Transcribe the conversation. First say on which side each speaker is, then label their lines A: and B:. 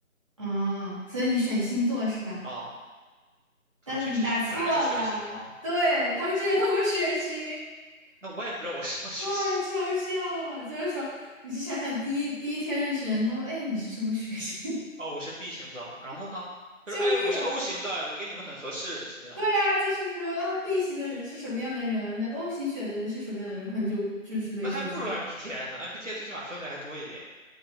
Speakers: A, on the right; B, on the right.
A: 哦，所以你选星座是吧？
B: 啊、他们选是答案是血型吗？
A: 但是你答错了，对，他们居然通过血型。
B: 那我也不知道我是什么血型。
A: 太抽象了，就是说，你去想想，第一第一天认识人，他问，哎，你是什么血型？
B: 哦，我是 B 型的。然后呢？
A: 救命啊！
B: 他说：“哎，我是 O 型的，我跟你们很合适，是这样吗？”
A: 对啊，就是说啊，B 型的人是什么样的人，那 O 型血的人是什么样的人，可能就就是类似于这种。
B: 那还不如 MBTI 呢，MBTI 最起码分类还多一点。